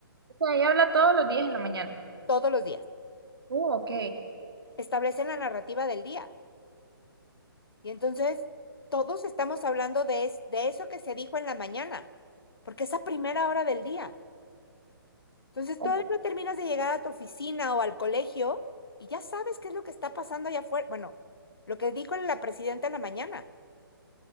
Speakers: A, on the right; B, on the left.
A: O sea, ella habla todos los días en la mañana.
B: todos los días.
A: Uh, ok.
B: Establecen la narrativa del día. Y entonces todos estamos hablando de, es- de eso que se dijo en la mañana, porque es a primera hora del día. Entonces
A: O-
B: todavía no terminas de llegar a tu oficina o al colegio y ya sabes qué es lo que está pasando allá afuera. Bueno, lo que dijo la presidenta en la mañana.